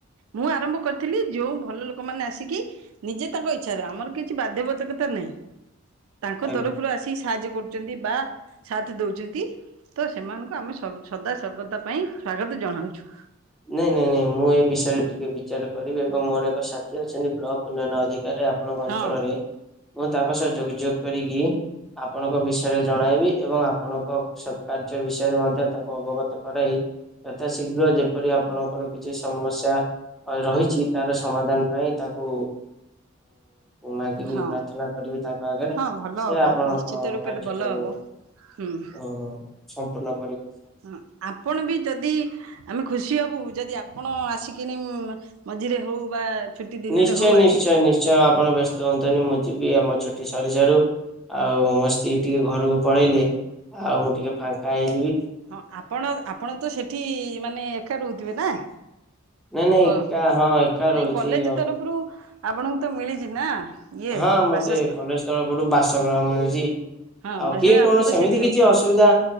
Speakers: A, on the right (about 85°); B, in the centre.
A: ମୁଁ ଆରମ୍ଭ କରିଥିଲି ଯୋଉ ଭଲ ଲୋକ ମାନେ ଆସିକି ନିଜେ ତାଙ୍କ ଇଚ୍ଛାରେ ଆମର କିଛି ବାଧ୍ୟବାଧକତା ନାହିଁ। ତାଙ୍କ
B: ଆଜ୍ଞା।
A: ତରଫରୁ ଆସିକି ସାହାଯ୍ୟ କରୁ ବା ସାଥ ଦଉଛନ୍ତି ତ ସେମାନଙ୍କୁ ଆମେ ସଦା ସର୍ବଦା ପାଇଁ ସ୍ଵାଗତ ଜଣାଉଛୁ।
B: ନାଇଁ ନାଇଁ ନାଇଁ ମୁଁ ଏ ବିଷୟରେ ଟିକେ ବିଚାର କରିବି ଏବଂ ମୋର ଏକ ସାଥି ଅଛନ୍ତି ବ୍ଲକ ଉନ୍ନୟନ ଅଧି ଆପଣଙ୍କ
A: ହଁ
B: ଅଞ୍ଚଳରେ ମୁଁ ତାଙ୍କ ସହ ଯୋଗାଯୋଗ କରିକି ଆପଣଙ୍କ ବିଷୟରେ ଜଣାଇବି ଏବଂ ଆପଣଙ୍କ ସତ୍ କାର୍ଯ୍ୟ ବିଷୟରେ ମଧ୍ୟ ତାଙ୍କୁ ଅବଗତ କରାଇ ଯଥାଶୀଘ୍ର ଯେ ଯେପରି ଆପଣଙ୍କର କିଛି ସମସ୍ୟା ରହିଛି ତାର ସମାଧାନ ପାଇଁ ତାକୁ ମାଗିବି
A: ହଁ
B: ପ୍ରାର୍ଥନା କରିବି ତାଙ୍କ ଆଗରେ
A: ହଁ ଭଲ
B: ସେ
A: ହବ
B: ଆପଣଙ୍କ
A: ନିଶ୍ଚିତ ରୂପରେ
B: କାର୍ଯ୍ୟଟାକୁ
A: ଭଲ ହବ ହୁଁ।
B: ଉ ସମ୍ପୂଣ୍ଣ
A: ହଁ ଆପଣ ବି ଯଦି ଆମେ ଖୁସି ହବୁ ଯଦି ଆପଣ ଆସିକିନି ମଝିରେ ହଉ ବା ଛୁଟି ଦିନରେ
B: ନିଶ୍ଚୟ
A: ହଉ
B: ନିଶ୍ଚୟ
A: ଆସିକି
B: ନିଶ୍ଚୟ ଆପଣ ବ୍ୟସ୍ତ ହୁଅନ୍ତନି ମୁଁ ଯିବି। ବି ଆମ ଛୁଟି ସରିଷାରୁ ଆଉ ମୋ ସ୍ତ୍ରୀ ଟିକେ ଘରକୁ ପଳେଇଲେ ଆଉ ମୁଁ ଟିକେ ଫାଙ୍କା ହେଇ
A: ହଁ ଆପଣ ଆପଣ ତ ସେଠି ମାନେ ଏକା ରହୁଥିବେ ନା
B: ନାଇଁ ନାଇଁ
A: କ
B: ଏକା ହଁ ଏକା
A: ନାଇଁ
B: ରହୁଛି
A: କଲେଜ
B: ଆଉ
A: ତରଫରୁ ଆପଣଙ୍କୁ ତ ମିଳିଛି ନା ଇଏ
B: ହଁ ମତେ
A: ବାସସ୍ଥାନ
B: କଲେଜ ତରଫରୁ ବାସଗ୍ରହ ମିଳିଛି।
A: ହଁ
B: ଆଉ
A: ବାସ
B: କିଏ କଣ
A: ଆପଣ ତ
B: ସେମିତି
A: ସେଠି ରହୁଥିବେ
B: କିଛି ଅସୁବିଧା